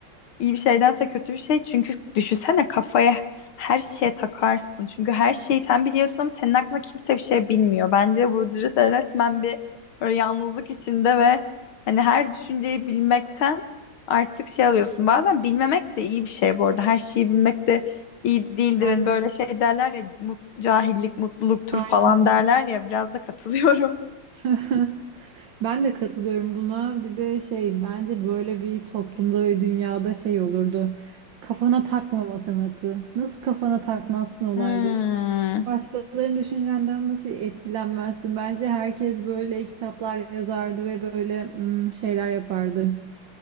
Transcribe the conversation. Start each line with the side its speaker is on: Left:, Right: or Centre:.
Left: iyi bir şeydense kötü bir şey. Çünkü düşünsene kafaya her şeye takarsın. Çünkü her şeyi sen biliyorsun ama senin hakkında kimse bir şey bilmiyor. Bence bu sen resmen bir böyle yalnızlık içinde ve hani her düşünceyi bilmekten artık şey alıyorsun. Bazen bilmemek de iyi bir şey bu arada. Her şeyi bilmek de iyi değildir.
Right: <laughs> Aynen.
Left: Hani böyle şey derler ya mut, cahillik mutluluktur
Right: Aynen.
Left: falan derler ya biraz da katılıyorum.
Right: <laughs> Ben de katılıyorum buna. Bir de şey bence böyle bir toplumda ve dünyada şey olurdu. Kafana takmama sanatı. Nasıl kafana takmazsın olayları?
Left: Hmm.
Right: Başkalarının düşüncenden nasıl etkilenmezsin? Bence herkes böyle kitaplar yazardı ve böyle mm, şeyler yapardı.